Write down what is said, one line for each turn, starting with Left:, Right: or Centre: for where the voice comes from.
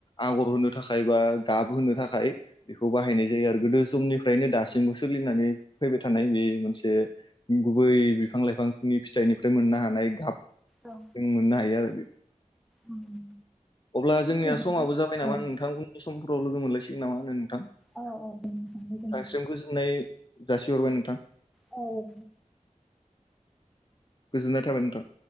Left: आगर होनो थाखाय बा गाब होनोनो थाखाय बेखौ बाहायनाय जायो आरो गोदो जोंनि फ्रायनो दासिमबो सोलिनानै फैबाय थानाय नुयो मोनसे गुबै बिफां लाइफांनि फिथाइनिफ्राय मोननो हानाय गाब
Centre: औ
Left: मोननो हायो आरो
Centre: औ
Left: अब्ला जोंनिया
Centre: बिदिब्ला
Left: समाबो जाबाय नामा
Centre: औ
Left: नोंथांनि सम उनफ्राव लोगो मोनलायसिगोन नामा आङो नोंथां नोंथांसिम
Centre: औ औ दे नोंथां, गोजोनथों।
Left: गोजोननाय जासि हरबाय नोंथां
Centre: औ
Left: गोजोननाय थाबाय नोंथां